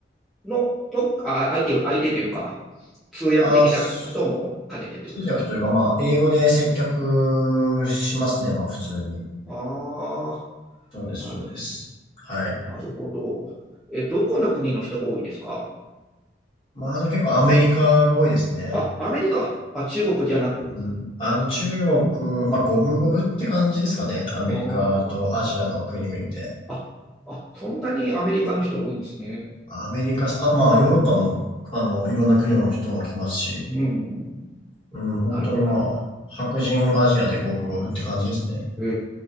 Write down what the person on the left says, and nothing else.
あ、す通訳というか、まあ、英語で接客しますね。まあ、普通に。
そうです、
そうです。はい。
まあ、でも結構アメリカが多いですね。
うん。あの、中国、まあ、五分五分って感じですかね。アメリカとアジアの国々で。
アメリカ、あとまあ、ヨーロッパの、あの、いろんな国の人も来ますし、
うん、本当にまあ、
白人アジアで五分五分って感じですね。